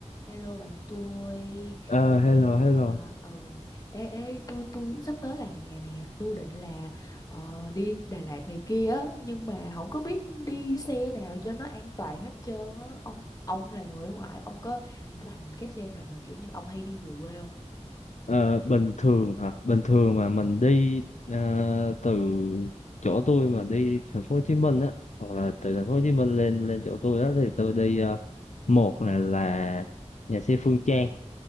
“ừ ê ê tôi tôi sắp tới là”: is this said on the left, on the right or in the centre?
Left